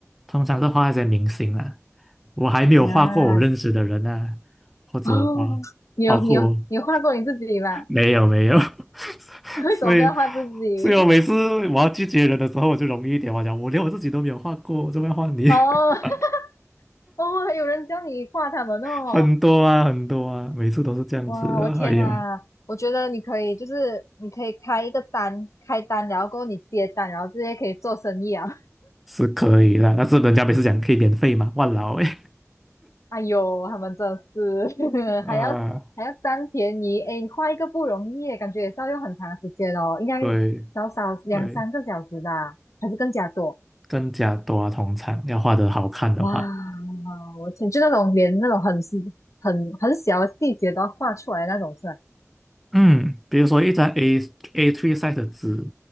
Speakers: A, in the centre; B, on the left (about 65°).
A: 通常是画一些明星啊，我还没有画过我认识的人啊，
B: 啊？
A: 或者包
B: 哦，你有你有你有画过你自己吗？
A: 包括 <laughs> 没有没有，<laughs>
B: <laughs> 为什么不要画自己？
A: 所以所以我每次我要拒绝人的时候，我就容易一点，我讲我连我自己都没有画过，我怎么要画你？
B: <laughs> 哦
A: <laughs>
B: <laughs> 哦，有人教你画他们哦。
A: 很多啊很多啊，每次都是这样子的，
B: 哇，我天呐，
A: 哎呀，
B: 我觉得你可以，就是你可以开一个单，开单，然后过后你接单，然后直接可以做生意啊。
A: 是可以啦，但是人家每次讲可以免费嘛，万劳哎，
B: <laughs> 哎呦，他们真的是 <laughs>
A: <laughs> 啊，
B: 还要还要占便宜，哎，你画一个不容易耶，感觉也是要用很长时间哦，应该
A: 对
B: 少少两三个小时吧，
A: 对。
B: 还是更加多。
A: 更加多啊。通常要画得好看的话，
B: 哇，我天，就那种连那种很细、很很小的细节都要画出来的那种是吧？
A: 嗯，比如说一张 A A3 size 的纸，